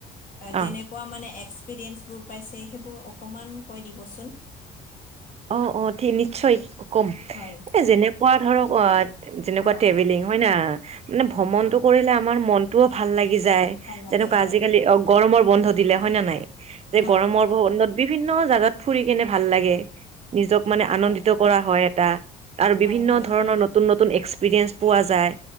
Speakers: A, on the right; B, on the left.
A: অ',
B: যেনেকুৱা মানে এক্সপিৰিয়েঞ্চবোৰ পাইছে, সেইবোৰ অকণমান- কৈ দিবচোন।
A: অ', অ', ঠিক নিশ্চয় কম।
B: হয়।
A: যেনেকুৱা ধৰক যেনেকুৱা
B: অ
A: ট্ৰভেলিং হয় নাহ মানে ভ্ৰমণটো
B: অ
A: কৰিলে আমাৰ মন- <unintelligible> ভাল লাগি যায়,
B: ভাল লাগে
A: যেনেকুৱা
B: হয়
A: আজিকালি অ, গৰমৰ বন্ধ দিলে হয় ন নাই, যে
B: হয়
A: গৰমৰ- ভ্ৰমনত, বিভিন্ন জাগাত ফুৰি কেনে ভাল লাগে। নিজক মানে আনন্দিত
B: হয়
A: কৰা হয় এটা, আৰু বিভিন্ন
B: হয় হয়
A: ধৰণৰ- নতুন নতুন এক্সপিৰিয়েন্ঞ্চ পোৱা যায়,